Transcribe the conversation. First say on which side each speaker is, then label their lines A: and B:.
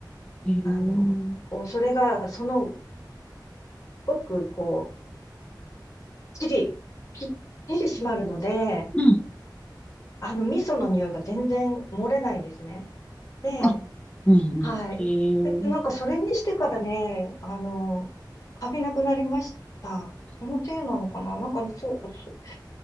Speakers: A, on the left; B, on the left.
A: い。へえ。うん、
B: あの、こう、それが、その、すごく、こう、ちり、ぴっちり締まるので、
A: うん。
B: あの、味噌の匂いが全然漏れないんですね。で、
A: あ、うん、うん。
B: はい。
A: へえ。
B: で、なんかそれにしてからね、あの、カビなくなりました。そのせいなのかななんか、そう、そ